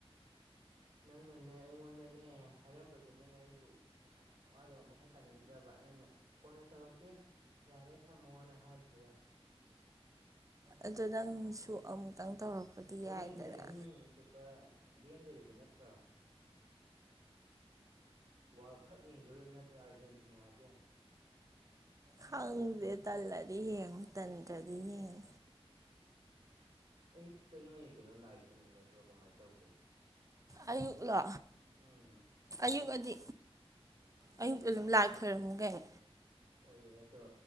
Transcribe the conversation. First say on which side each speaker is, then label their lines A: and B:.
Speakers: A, on the right; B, on the right.
A: ꯅꯪꯅꯅꯦ ꯑꯩꯉꯣꯟꯗꯅꯦ ꯍꯥꯏꯔꯝꯕꯗꯨꯅꯅꯦ ꯑꯩꯁꯨ ꯑ ꯋꯥꯗꯣ ꯃꯈꯥ ꯇꯥꯅꯤꯡꯗ꯭ꯔꯕ ꯅꯪꯅ ꯀꯣꯟꯅ ꯇꯧꯔꯛꯀꯦ ꯌꯥꯔꯦ ꯊꯝꯃꯣꯅ ꯍꯥꯏꯕꯗꯨꯗ
B: ꯑꯗꯣ ꯅꯪꯁꯨ ꯑꯃꯨꯛꯇꯪ ꯇꯧꯔꯛꯄꯗꯤ
A: ꯍꯣꯔꯦꯟꯗꯤ
B: ꯌꯥꯏꯗꯅ
A: <unintelligible> ꯂꯦꯟꯗꯣꯔꯤꯕ ꯅꯠꯇ꯭ꯔꯣ ꯋꯥꯔꯜ ꯀꯞ ꯌꯦꯡꯗꯣꯔꯤꯕ ꯅꯠꯇ꯭ꯔꯣ ꯑꯥꯔꯖꯦꯟꯇꯤꯅꯥꯒꯤ
B: ꯈꯪꯗꯦ ꯇꯜꯂꯗꯤ ꯌꯦꯡꯉꯣꯏ ꯇꯟꯗ꯭ꯔꯗꯤ ꯌꯦꯡꯅꯤ
A: ꯑꯌꯨꯛꯇ ꯅꯣꯏ ꯀꯩꯅꯣ ꯂꯥꯏ ꯈꯣꯏꯔꯝꯒꯗ꯭ꯔꯣ ꯀꯃꯥꯏ ꯇꯧꯒꯦ
B: ꯑꯌꯨꯛꯂꯣ
A: ꯎꯝ
B: ꯑꯌꯨꯛ ꯑꯗꯤ ꯑꯌꯨꯛ ꯑꯗꯨꯝ ꯂꯥꯏ ꯈꯣꯏꯔꯝꯃꯤ ꯀꯩꯅꯣ
A: ꯍꯣꯏꯌꯦ ꯑꯗꯣ